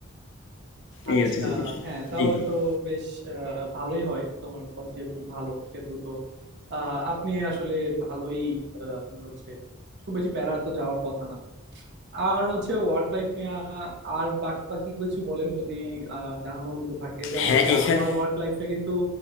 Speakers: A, on the left; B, on the right.
A: এই
B: আচ্ছা
A: হচ্ছে যে বিষয়
B: হ্যাঁ তাহলে
A: জি জি
B: তো
A: জি
B: বেশ আহ, ভালোই হয় তোমার বস যেহেতু ভালো সেহেতু তো আহ, আপনি আসলে ভালোই আহ, আপনার হচ্ছে খুব বেশি প্যারা তো যাওয়ার কথা না আর হচ্ছে ওয়ার্ক লাইফ নিয়ে আর বাকি বাকি কিছু বলেন যদি আহ, জানানোর মতো থাকে যেমন
A: হ্যাঁ
B: হচ্ছে
A: এখানে
B: আমার ওয়ার্ক লাইফে কিন্তু